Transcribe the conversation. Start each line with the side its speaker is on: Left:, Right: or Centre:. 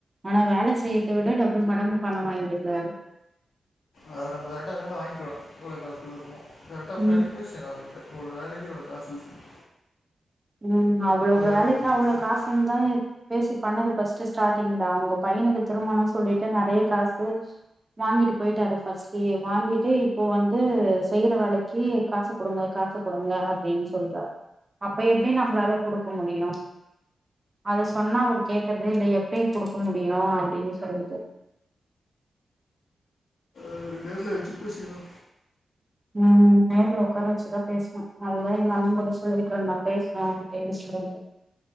Right: ஆனா வேல செய்றத விட டபுள் மடங்கு பணம் வாங்கிடுறாறு
Left: அத நம்ம கரெக்டா வாங்கிவோ எவ்ளோ காசு குடுக்றோமோ கரெக்டா முன்னாடியே
Right: ம்
Left: பேசி <unintelligible> இவ்ளோ வேலைக்கி இவ்ளோ காசுனு சொல்லி
Right: ம் அவ்ளோ வேலைக்கு
Left: வேலையை முடிச்சிட்டு
Right: அவ்வளோ காசுந்தாயே பேசி பண்ணது ஃபர்ஸ்ட்டு ஸ்டார்டிங்தா அவுங்க பையனுக்கு திருமணோ சொல்ட்டு நெறைய காசு வாங்கிட்டு போயிட்டாரு ஃபர்ஸ்ட்லயே வாங்கிட்டு இப்போ வந்து செய்ற வேலைக்கி காசு குடுங்க காசு குடுங்க அப்டின்னு சொல்றாரு இப்ப எப்டி நம்ளால குடுக்க முடியு அது சொன்னா அவர் கேக்குறதே இல்ல எப்டி குடுக்க முடியு அப்டின்னு சொல்லிட்டு
Left: ஒ டேர்ல வச்சு பேசிக்குவோ
Right: ம் நேர்ல உக்கார வெச்சுதா பேஸ்னு அதுதா எங்க அண்ணே கூட சொல்லிகிட்டுருந்தா பேஸ்னு அப்டின்டு சொல்லிட்டு